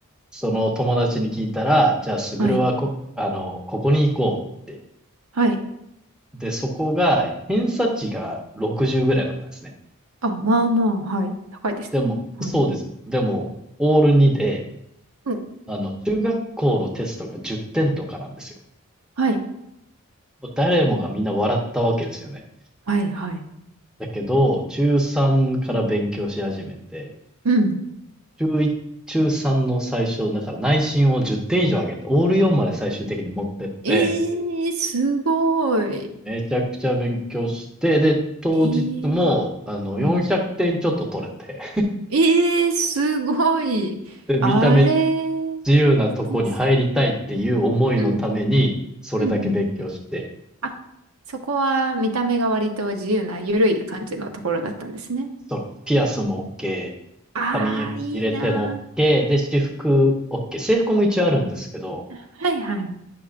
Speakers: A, in the centre; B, on the right.
A: その友達に聞いたら、じゃあ、すぐるはこ、
B: はい。
A: あの、ここに行こうって。
B: はい。
A: で、そこが、偏差値が60ぐらいだったんですね。
B: あ、まあまあ、はい。高いですね。
A: でも、
B: はい。
A: そうですよね。でも、オール2で、
B: うん。
A: あの、中学校のテストが10点とかなんですよ。
B: はい。
A: もう誰もがみんな笑ったわけですよね。
B: はい、はい。
A: だけど、中3から勉強し始めて、
B: うん。
A: 中1、中3の最初、だから内申を10点以上上げて、オール4まで最終的に持ってって、
B: えー、すごい。
A: めちゃくちゃ勉強して、で、当日も、
B: えー、
A: あの、400点ちょっと取れて、
B: うん。えー、すごい。
A: で、見た目
B: あれ
A: 自由なとこに入りたいっていう思いのために、
B: です。うん。
A: それだけ勉強して、
B: うん、うん。あ、そこは見た目が割と自由な、ゆるい感じのところだったんですね。
A: そうなんです。ピアスも OK、
B: あー、
A: 髪入れても
B: いいな
A: OK、で、私服 OK。制服も一応あるんですけど、
B: ー。はい、はい。